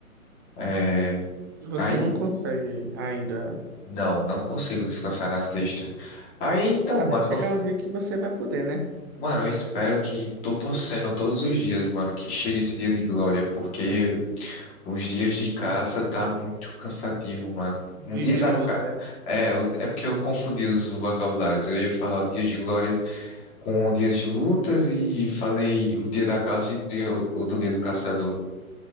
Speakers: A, on the left; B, on the right.
A: É,
B: Você
A: aí,
B: não consegue ainda.
A: não, não consigo descansar na sexta. Aí, então,
B: Mas
A: mano,
B: vai chegar
A: no,
B: um dia que você vai poder, né?
A: Mano, eu espero que tô torcendo todos os dias, mano, que chegue esse dia de glória, porque os dias de caça tá muito cansativo, mano.
B: Dias
A: Um dia
B: de
A: da
B: luta,
A: ca...
B: né?
A: É, eu- é porque eu confundi os vocabulários. Eu ia falar dias de glória com o dia de lutas e falei o dia da caça e o dia- outro dia do caçador.